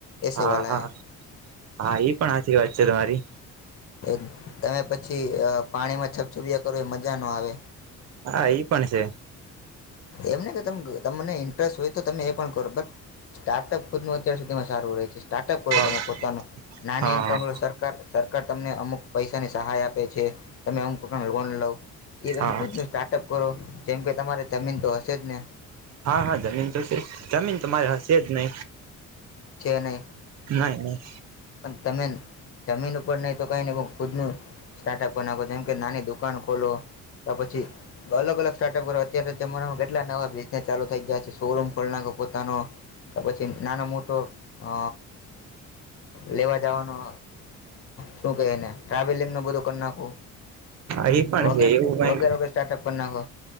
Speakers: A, on the left; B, on the right.
A: એસે
B: હા
A: વાલા
B: હા
A: હે
B: હા ઈ પણ હાચી વાત છે, તમારી
A: એ તમે પછી અ પાણીમાં છપછપીયા કરો એ મજા ન આવે
B: હા ઈ પણ છેસ
A: એમને કે તમ તમને ઇન્ટરેસ્ટ હોય તો તમે એ પણ કરો બટ સ્ટાર્ટઅપ ખુદનુ અત્યાર સુધીમાં સારું રહે છે, સ્ટાર્ટઅપ કરો
B: હા
A: તમે પોતાનું નાની
B: હા
A: ઇન્કમલો સરકાર સરકાર તમને અમુક પૈસાની સહાય આપે છે, તમે અમુક પ્રકાર લોન લોવ એ તમે
B: હા
A: ખુદનુ સ્ટાર્ટઅપ કરો જેમ કે તમારે જમીન તો હશે જ ને
B: હા હા જમીન તો છે, જમીન તો મારે હશે જ નય
A: છે ને
B: નાહી નહી.
A: પણ તમે જમીન ઉપર નહી તો ખુદનુ સ્ટ્ટઅપ કરી નાખો જેમ કે નાની દુકાન ખોલો. ત પછી અલગ અલગ સ્ટાર્ટઅપ કરો અત્યારે જમાનામાં કેટલા નવા બિઝનેસ ચાલુ થઈ ગયા છે, શોરૂમ ખોલના પોતાનો પછી નાનો મોટો અ લેવા જવાન અ શું કેય એને ટ્રાવેલિંગ નું બધું કરી નાખું
B: હા એ પણ
A: વગેરે
B: છે, એવું કઈ
A: વગેરે વગેરે સ્ટાર્ટઅપ કરી નાખો